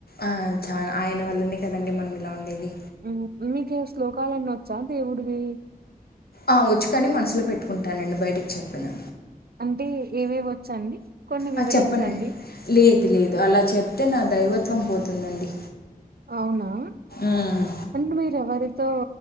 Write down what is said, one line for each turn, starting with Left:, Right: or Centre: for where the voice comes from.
Left: ఆ చానా ఆయన వల్లనే కదండి మనం ఇలా ఉండేది
Right: ఉమ్ మీకు శ్లోకాలన్నీ వచ్చా దేవుడివి
Left: ఆ వచ్చు కాని మనసులో పెట్టుకుంటానండి బయటికి చెప్పను
Right: అంటే ఏవేవి వచ్చండి కొన్ని వివరించండి
Left: అ చెప్పనండి లేదు లేదు అలా చెప్తే నా దైవత్వం పోతుందండి
Right: అవునా
Left: మ్మ్.
Right: అంటే మీరు ఎవరితో